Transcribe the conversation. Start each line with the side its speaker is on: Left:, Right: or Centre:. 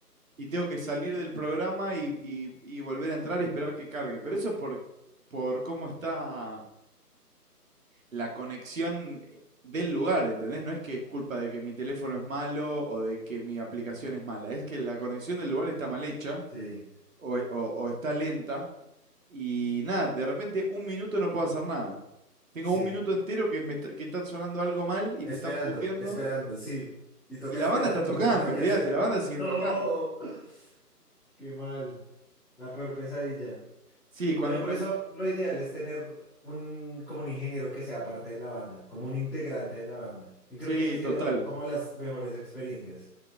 Right: y tengo que salir del programa y, y- y volver a entrar y esperar que cargue. Pero eso es por, por cómo está la conexión eh, del lugar, ¿entendés? No es que es culpa de que mi teléfono es malo o de que mi aplicación es mala. Es que la conexión del lugar está mal hecha
Centre: sí,
Right: o, o- o está lenta Y nada, de repente un minuto no puedo hacer nada. Tengo
Centre: sí,
Right: un minuto
Centre: Tú-
Right: entero que, me está, que está sonando algo mal y
Centre: esperando,
Right: me están puteando.
Centre: esperando, sí, y toca
Right: Y la
Centre: esperar,
Right: banda está tocando,
Centre: y no hay nada
Right: olvídate,
Centre: que hacer.
Right: la banda sigue
Centre: No,
Right: tocando.
Centre: <laughs> qué mal. La peor pesadilla.
Right: Sí, cuando
Centre: También por
Right: me...
Centre: eso lo ideal es tener un, como un ingeniero que sea parte de la banda, como un integrante de la banda. Yo creo
Right: Sí,
Centre: que esa ha sido
Right: total.
Centre: como las mejores experiencias,